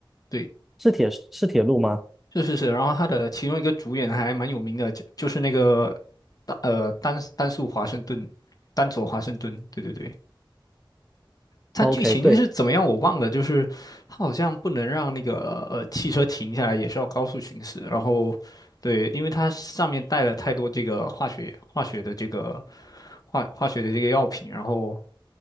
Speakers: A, on the left; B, in the centre.
A: 对，
B: 是铁是铁路吗
A: 是是是。然后他的其中一个主演还蛮有名的，就就是那个，呃，丹丹素华盛顿，丹佐华盛顿，对对对。他剧情是怎么样我忘了，
B: ？OK，对，
A: 就是他好像不能让那个呃汽车停下来，也是要高速行驶。然后，对，因为它上面带了太多这个化学化学的这个化化学的这个药品，然后